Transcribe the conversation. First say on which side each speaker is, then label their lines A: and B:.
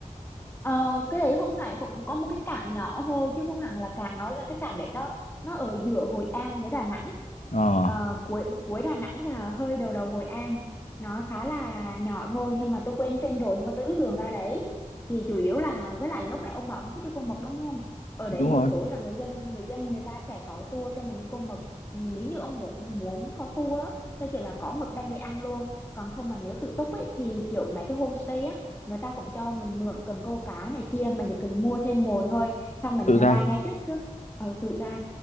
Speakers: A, on the left; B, on the left.
A: Ờ, cái đấy không phải cũng có một cái cảng nhỏ thôi chứ không hẳn là cảng nó là cái cảng đấy nó nó ở giữa Hội An với Đà Nẵng
B: Ờ,
A: Ờ, cuối cuối Đà Nẵng và hơi đầu đầu Hội An nó khá là nhỏ thôi nhưng mà tôi quên tên rồi nhưng mà tôi biết đường ra đấy thì chủ yếu là với lại lúc này ông bảo ông thích đi Côn Mật đúng không ở đấy
B: đúng
A: buổi
B: rồi,
A: tối là người dân người dân người ta sẽ có tour cho mình đi Côn Mật nếu như ông muốn muốn có tour á, theo kiểu là có mực đem về ăn luôn còn không mà nếu tự túc ấy thì kiểu mấy cái homestay á người ta cũng cho mình mượn cần câu cá này kia mình chỉ cần mua thêm mồi thôi xong mình
B: tự ra.
A: ra ngay trước trước ừ, tự ra